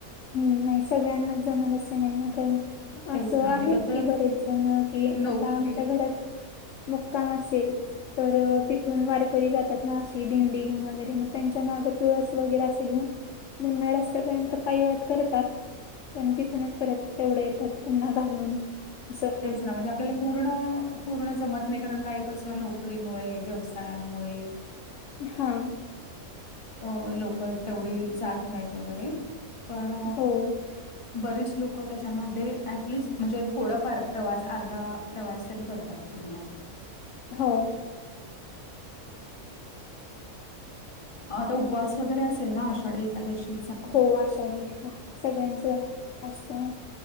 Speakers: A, on the left (about 65°); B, on the left (about 25°).
A: हम्म, नाही सगळ्यांनाच जमेल असं नाही ना. कारण,
B: तेच
A: असं
B: ना म्हणजे
A: आहेत
B: कसं
A: की बरेच जण कि
B: नोकरी
A: आता आमच्या घरात मुक्काम असेल, तर तिथून वारकरी जातात ना. अशी दिंडी घेऊन वगैरे मग त्यांच्या मागं तुळस वगैरे असे घेऊन निम्या रस्त्यापर्यंत काई वाट करतात पण तिथूनच परत तेवढं येतात त्यांना घालून असं
B: तेच ना म्हणजे आपल्याला पूर्ण पूर्ण जमत नाही कारण काय कसं नोकरीमुळे व्यवसायांमुळे
A: हा
B: अ लोक तेवढी जात नाहीत वगैरे पण
A: हो
B: बरीच लोक त्याच्यामध्ये अटलिस् म्हणजे थोडफार प्रवास अर्धा प्रवास तरी करतात पूर्ण
A: हो
B: <inaudible> आता उपवास वगैरे असेल ना आषाढी एखकादशी
A: हो आषाढीश्कर सगळ्यांच असतो ना